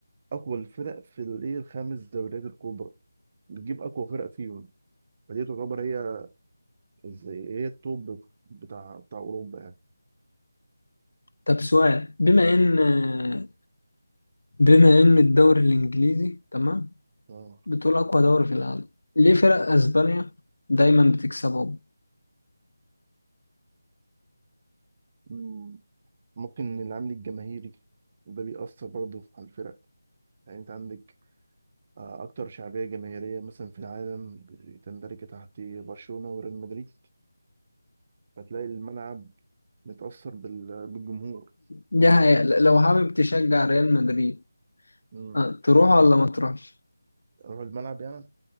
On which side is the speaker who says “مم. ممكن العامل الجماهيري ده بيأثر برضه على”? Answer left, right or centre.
Right